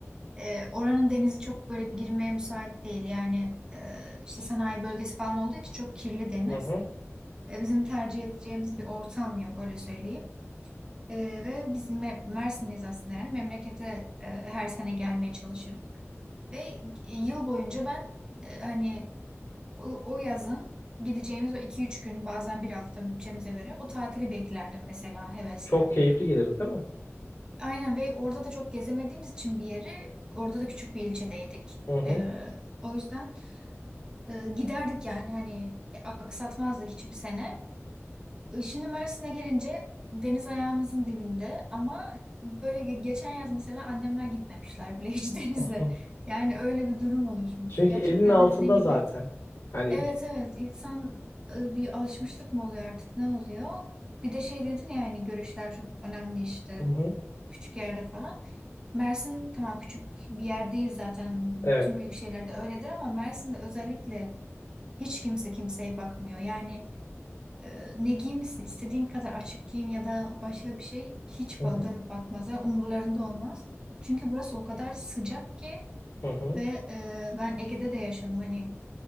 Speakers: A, on the right; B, on the left.
A: Ee, oranın denizi çok böyle girmeye müsait değil. Yani e, işte sanayi bölgesi falan olduğu için çok kirli deniz.
B: Hı hı.
A: E, bizim tercih edeceğimiz bir ortam yok öyle söyleyeyim. E, ve biz Me- Mersinliyiz aslında yani memlekete e, her sene gelmeye çalışırdık. Ve e, yıl boyunca ben e, hani o, o yazın gideceğimiz o iki üç gün bazen bir hafta bütçemize göre o tatili beklerdim mesela hevesle.
B: Çok keyifli gelir değil mi?
A: Aynen ve orada da çok gezemediğimiz için bir yeri orada da küçük bir ilçedeydik.
B: Hı hı.
A: Ee, o yüzden e, giderdik yani hani e, aksatmazdık hiçbir sene. E, Şimdi Mersin'e gelince deniz ayağımızın dibinde ama böyle ge- geçen yaz mesela annemler gitmemişler bile hiç <laughs> denize.
B: Hı hı.
A: Yani öyle bir durum oluşmuş.
B: Çünkü
A: Gerçekten
B: elinin altında
A: de dediğin gibi
B: zaten. Hani
A: Evet evet insan e, bir alışmışlık mı oluyor artık ne oluyor? Bir de şey dedin ya hani görüşler çok önemli işte
B: hı hı.
A: küçük yerde falan. Mersin tamam küçük bir yer değil zaten
B: Evet.
A: bütün büyük şeylerde öyledir ama Mersin'de özellikle hiç kimse kimseye bakmıyor. Yani e, ne giymişsin istediğin kadar açık giyin ya da başka bir şey hiç
B: Hı
A: ba-
B: hı.
A: dönüp bakmazlar umurlarında olmaz. Çünkü burası o kadar sıcak ki
B: Hı hı.
A: ve e, ben Ege'de de yaşadım hani